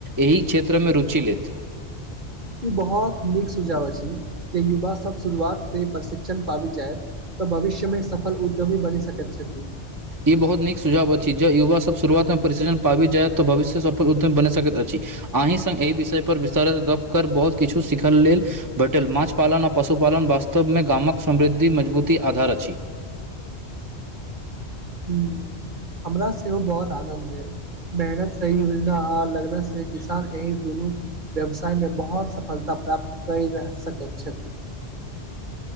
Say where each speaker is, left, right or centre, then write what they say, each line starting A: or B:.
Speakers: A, on the right (about 20°); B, on the right (about 45°).
A: एहि क्षेत्र मे रुचि लेत
B: ई बहुत नीक सुझाव अछि जे युवाभ शुरुआत सँ प्रशिक्षण पाबैत छथि तऽ भविष्य मे सफल उद्यमी बनी सकैत छथि
A: ई बहुत नीक सुझाव अछि जँ युवासब शुरुआतमे परिशिक्षण पाबि जाय तऽ भविष्य सफल उद्यम बनि सकैत अछि अहीँ स एहि विषयपर विस्तारित गप्प कर बहुत किछु सीखल लेल बटल माछ पालन आ पशुपालन वास्तव मे गामक समृद्धि मजबूती आधार अछि
B: ह हमरा सेहो बहुत आनन्द भेल मेहनत सही योजना ह लगन से किसान एहिह दुनू व्यवसाय मे बहुत सफलता प्राप्त कर सकैत छथिन